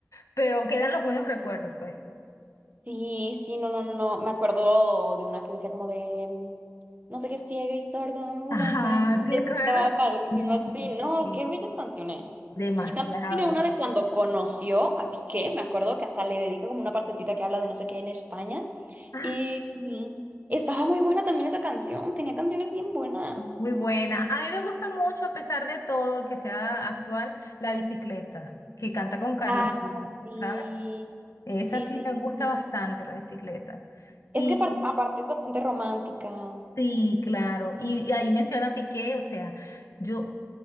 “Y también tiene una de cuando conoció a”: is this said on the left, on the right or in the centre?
Right